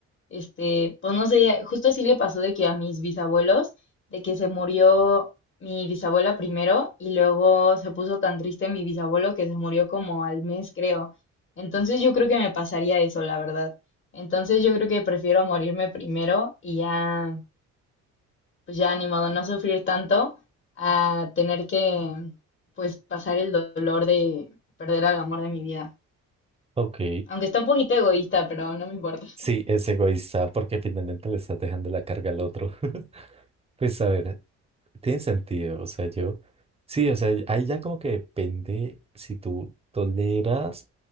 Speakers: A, on the left; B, on the right.
A: Este, pues no sé, justo así le pasó de que a mis bisabuelos, de que se murió mi bisabuela primero y luego se puso tan triste mi bisabuelo que se murió como al mes, creo. Entonces yo creo que me pasaría eso, la verdad. Entonces yo creo que prefiero morirme primero y ya, pues ya ni modo, no sufrir tanto a tener que, pues, pasar el dolor de perder al amor de mi vida.
B: Ok.
A: Aunque está un poquito egoísta, pero no me importa.
B: Sí, es egoísta porque finalmente le estás dejando la carga al otro. <laughs> Pues a ver, tiene sentido, o sea, yo, sí, o sea, ahí ya como que depende si tú toleras